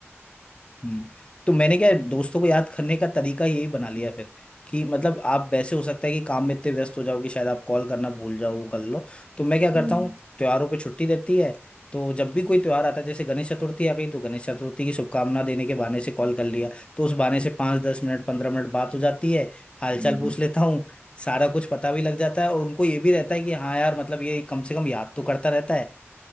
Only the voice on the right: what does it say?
हम्म
हम्म
हम्म।